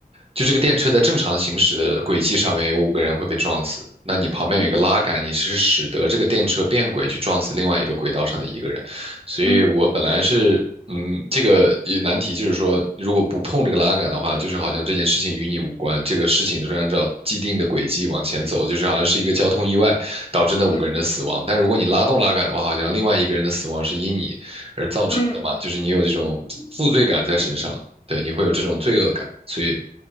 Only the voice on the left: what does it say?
嗯
嗯
嗯
嗯嗯嗯嗯
嗯
嗯